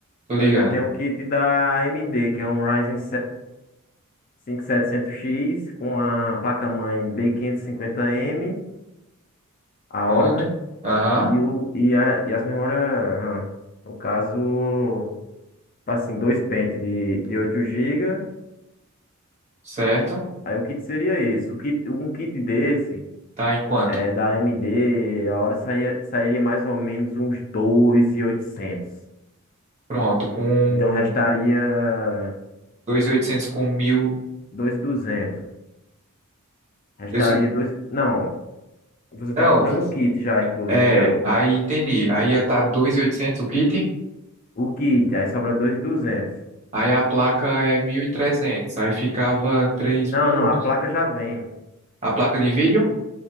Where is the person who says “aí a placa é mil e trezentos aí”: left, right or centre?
Right